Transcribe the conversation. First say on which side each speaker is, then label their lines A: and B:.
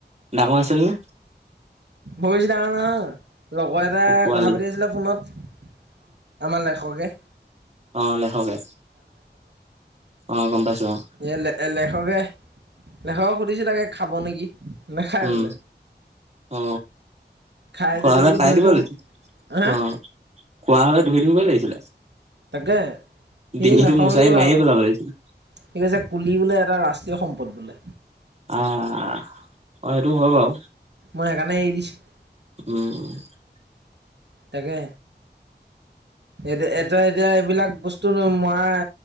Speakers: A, on the right; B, on the right.
A: ডাঙৰ আছিল নে?
B: বৰবেছি ডাঙৰ নহয়। লগৰ এটাই
A: অ পোৱালি
B: কথা পাতি আছিলে ফোনত আমাৰ লেখকে।
A: অঁ লেখকে। অ গম পাইছো অ
B: এ লে লেখকে লেখকক সুধিছো তাকে খাব নেকি। নাখায়
A: উম
B: বোলে
A: অ।
B: খাই
A: খোৱা
B: যদি
A: হলে
B: বোলো
A: খাই
B: ধৰি
A: দিব
B: থওঁ
A: লাগিছিল
B: হে
A: অ খোৱা হলে ধৰিদিবগৈ লাগিছিলে।
B: তাকে সি
A: ডিঙিটো
B: নাখাওঁ
A: মোচাৰি
B: বুলি ক'লে
A: মাৰিয়ে
B: আক।
A: পেলাব লাগিছিলে
B: কি কৈছে কুলি বোলে এটা ৰাষ্ট্ৰীয় সম্পদ বোলে।
A: আহ অ সেইটো হয় বাৰু।
B: মই সেইকাৰণে এৰি দিছো।
A: উম
B: তাকে এতিয়া এতিয়া এতিয়া এইবিলাক বস্তু ন মই